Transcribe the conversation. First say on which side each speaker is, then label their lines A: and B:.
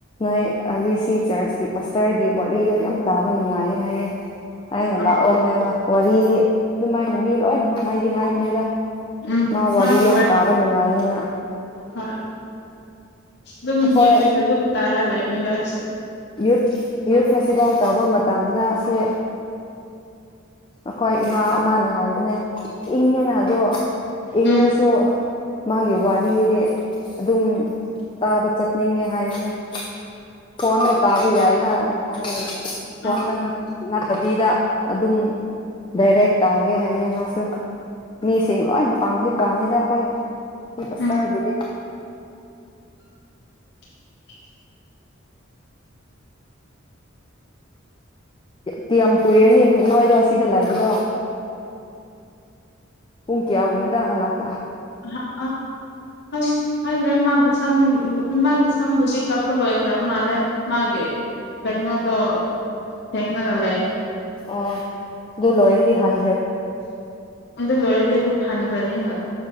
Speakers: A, on the left; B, on the left.
A: ꯅꯣꯏ ꯑ ꯕꯤ ꯁꯤ ꯆꯔꯆꯀꯤ ꯄꯁꯇꯔꯒꯤ ꯋꯥꯔꯤꯗꯣ ꯌꯥꯝ ꯇꯥꯕ ꯅꯨꯡꯉꯥꯏꯌꯦ ꯍꯥꯏꯌꯦ ꯑꯩꯅ
B: ꯎꯝ
A: ꯂꯥꯛꯑꯣ ꯍꯥꯏꯕ ꯋꯥꯔꯤꯗꯤ ꯑꯗꯨꯃꯥꯏꯅ ꯃꯤ ꯂꯣꯏꯅꯃꯛ ꯍꯥꯏꯗꯤ ꯍꯥꯏꯕꯅꯤꯗ
B: ꯎꯝ
A: ꯃꯥ ꯋꯥꯔꯤ
B: ꯃꯥꯒꯤ
A: ꯌꯥꯝ ꯇꯥꯕ ꯅꯨꯡꯉꯥꯏꯌꯦꯅ
B: ꯍꯣꯏ ꯑꯗꯨꯝ
A: ꯑꯩꯈꯣꯏ
B: ꯌꯨꯇ꯭ꯌꯨꯕꯇ ꯑꯗꯨꯝ ꯇꯥꯔ ꯂꯩꯥꯛꯕꯅꯤꯗ ꯑꯩꯁꯨ
A: ꯌꯨꯠ ꯌꯨꯠ ꯐꯦꯁꯇꯤꯚꯦꯜ ꯇꯧꯕ ꯃꯇꯝꯗ ꯁꯦ ꯑꯩꯈꯣꯏ ꯏꯃꯥ ꯑꯃꯅ ꯍꯥꯏꯕꯅꯦ ꯏꯪꯉꯦꯅ ꯑꯗꯣ ꯏꯪꯉꯁꯨ
B: ꯎꯝ
A: ꯃꯥꯒꯤ ꯋꯥꯔꯤꯗꯤ ꯑꯗꯨꯝ ꯇꯥꯕ ꯆꯠꯅꯤꯡꯉꯦ ꯍꯥꯏꯕꯅꯦ ꯐꯣꯟꯗ ꯇꯥꯕ ꯌꯥꯏꯅ ꯍꯥꯏꯔꯒ ꯐꯣꯟꯗ
B: ꯎꯝ ꯑ
A: ꯅꯠꯇꯕꯤꯗ ꯑꯗꯨꯝ ꯗꯥꯏꯔꯦꯛ ꯇꯥꯒꯦ ꯍꯥꯏꯌꯦ ꯃꯥꯁꯨ ꯃꯤꯁꯤꯡ ꯂꯣꯏ ꯄꯥꯝꯗꯤ ꯄꯥꯝꯅꯤꯗꯥ ꯑꯩꯈꯣꯏꯒꯤ ꯄꯥꯁꯇꯔꯕꯨꯗꯤ
B: ꯎꯝ <unintelligible>
A: ꯀꯌꯥꯝ ꯀꯨꯏꯔꯅꯤ ꯑꯃꯨꯛ ꯅꯣꯏꯗꯣ ꯑꯁꯤꯗ ꯂꯥꯏꯕꯗꯣ ꯄꯨꯡ ꯀꯌꯥꯒꯨꯝꯕꯗ ꯍꯜꯂꯛꯄ
B: <unintelligible> ꯈꯪꯗ꯭ꯔꯦ ꯃꯥꯕꯨ ꯁꯝ ꯃꯥꯒꯤ ꯁꯝꯕꯨꯗꯤ ꯀꯛꯄ ꯂꯣꯏꯈ꯭ꯔꯕ ꯃꯥꯜꯂꯦ ꯃꯥꯒꯤ ꯀꯩꯅꯣꯗꯣ ꯊꯦꯡꯅꯔ ꯂꯩ
A: ꯑꯣ ꯑꯗꯨ ꯂꯣꯏꯔꯗꯤ ꯍꯟ
B: ꯑꯗꯨꯗꯣ ꯂꯣꯏꯔꯗꯤ ꯍꯟꯈ꯭ꯔꯅꯤ ꯍꯣꯏ